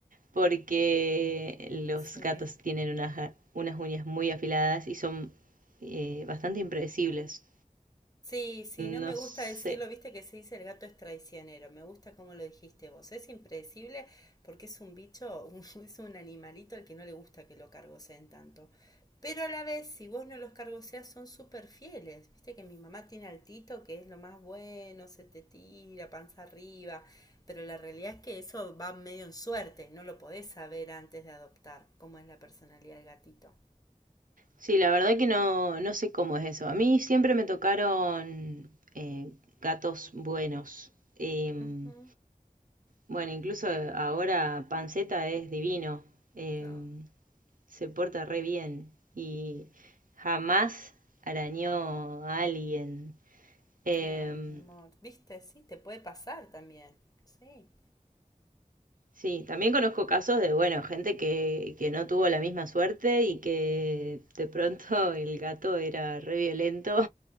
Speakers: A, on the right; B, on the left.
A: porque los
B: sí.
A: gatos tienen unas, unas uñas muy afiladas y son eh, bastante impredecibles.
B: Sí, sí, no
A: No
B: me gusta
A: sé.
B: decirlo, viste que se dice el gato es traicionero, me gusta cómo lo dijiste vos. Es impredecible porque es un bicho, un- <laughs> es un animalito al que no le gusta que lo cargoseen tanto. Pero a la vez, si vos no los cargoseás, son súper fieles. Viste que mi mamá tiene al Tito, que es lo más bueno, se te tira, panza arriba. Pero la realidad es que eso va medio en suerte, no lo podés saber antes de adoptar, cómo es la personalidad del gatito.
A: Sí, la verdad que no, no sé cómo es eso. A mí siempre me tocaron eh, gatos buenos. Em,
B: Ujú,
A: bueno, incluso ahora Panceta es divino. Em,
B: No.
A: se porta re bien y jamás arañó a alguien. Em,
B: Ay, mi amor, viste, sí, te puede pasar también. Sí,
A: sí, también conozco casos de, bueno, gente que, que no tuvo la misma suerte y que de pronto el gato era re violento